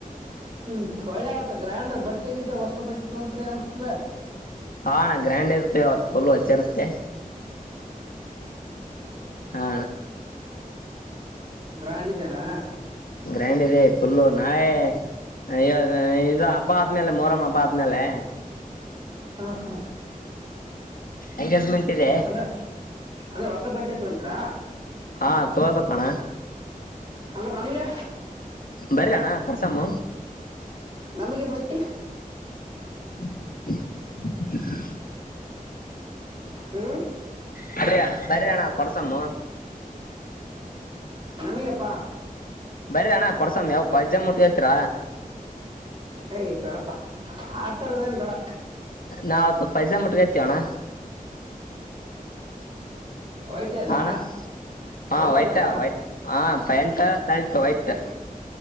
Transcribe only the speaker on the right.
ಹ್ಮ್ ತೊಳ್ಳೆ ಆ ಅವತ್ ಗ್ರ್ಯಾಂಡ್ರ ಬಟ್ಟೆ ಗಿಟ್ಟ ಹೊಸ ಬಟ್ಟಿ ತೊತ್ರಿ ಅನ್ಸ್ದ
ಗ್ರಾಂಡ್ ಇದ್ದೇನಾ
ಹಾ ಹಾ
ಅಂದ್ರ ಅಂದ್ರೆ ಹೊಸ ಬಟ್ಟೆ ಹೋಗಿದ್ರಾ
ಅ್ರ ನಮ್ಗೆ
ನಮಗೆ ಬಟ್ಟಿ
ಹ್ಮ್
ನಮಗಪ್ಪಾ
ಏಯ್ ಬೇಡಪ್ಪ ಆ ತರದೇನ್ ಬೇಡ
ವೈಟೇ ಅಲ್ಲ
ವೈಟಿದಾಗ